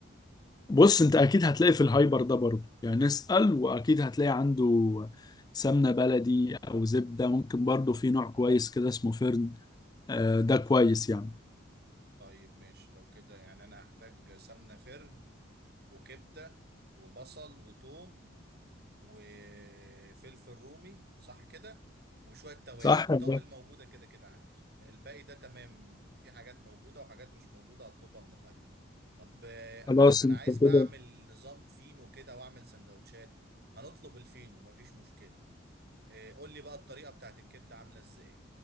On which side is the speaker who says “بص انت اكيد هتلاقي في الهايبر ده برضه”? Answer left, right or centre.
Left